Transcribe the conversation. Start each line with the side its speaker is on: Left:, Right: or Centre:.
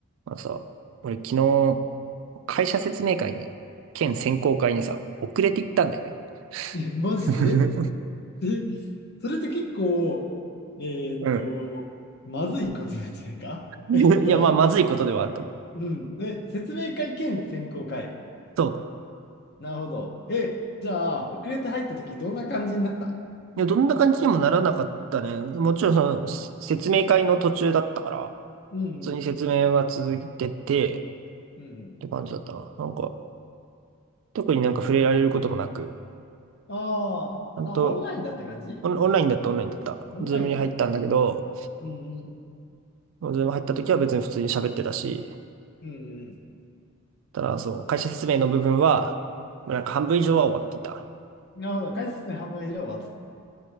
Right: まあのさ、俺昨日、会社説明会に、県選考会にさ、遅れて行ったんだよね。
Left: え、マジで
Right: <laughs>
Left: <laughs> え、それって結構、えーっと、
Right: う
Left: まずいことなんじゃないか
Right: ん。
Left: <laughs> えっと、
Right: <laughs> いや、まあ、まずいことではあると思う。
Left: うん。え、説明会兼選考会。
Right: そ
Left: なるほど。え、じゃあ、遅れて入った時どんな感じになった
Right: う。いや、どんな感じにもならなかったね。もちろん、その、せ説明会の途中だったから、
Left: うんうん。
Right: 普通に説明は続いてて、
Left: うんうん。
Right: って感じだったな。なんか、特になんか触れられることもなく、
Left: あーあ、
Right: ちゃんと、
Left: オンラインだった感じ
Right: オン、オンラインだった、オンラインだった。
Left: オンラインだったか。
Right: ズームに入ったんだけど、
Left: うんうん。
Right: ズーム入った時は別に普通に喋ってたし、
Left: うんうん。
Right: ただ、そう、会社説明の部分は、まあなんか半分以上は終わっていた。
Left: なるほど。解説に半分以上終わってた。